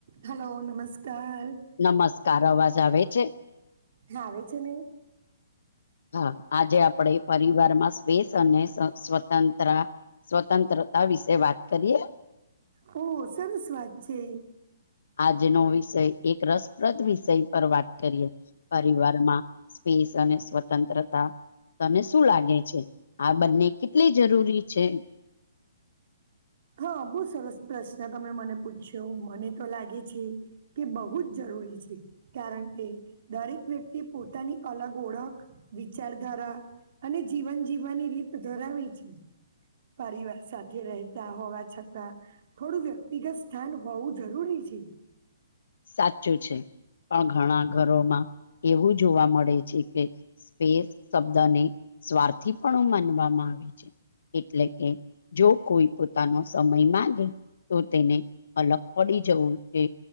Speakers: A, on the right; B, on the left.
A: Hello નમસ્કાર.
B: નમસ્કાર અવાજ આવે છે.
A: હા આવે છે ને.
B: હા આજે આપણે પરિવારમાં સ્સ અને સ્વતંત્ર સ્વતંત્રતા વિશે વાત કરીએ
A: ઓ સરસ વાત છે.
B: આજનો વિષય એક રસપ્રદ વિષય પર વાત કરીએ પરિવારમાં સ્પેસ અને સ્વતંત્રતા તને શું લાગે છે, આ બંને કેટલી જરૂરી છે.
A: હા બહુ સરસ પ્રશ્ન તમે મને પૂછ્યો મને તો લાગે છે. કે બહુ જ જરૂરી છે. કારણ કે દરેક વ્યક્તિ પોતાની અલગ ઓળખ વિચારધારા અને જીવન જીવવાની રીત ધરાવે છે. પરિવાર સાથે રહે હોવા છતાં થોડું વ્યક્તિગત સ્થાન હોવું જરૂરી છે.
B: સાચું છે. પણ ઘણા ઘરોમાં એવું જોવા મળે છે, કે સ્પેસ શબ્દને સ્વાર્થી પણ માનવામાં આવે છે, એટલે કે જો કોઈ પોતાનો સમય માંગે તો તેને અલગ પડી જવું છે.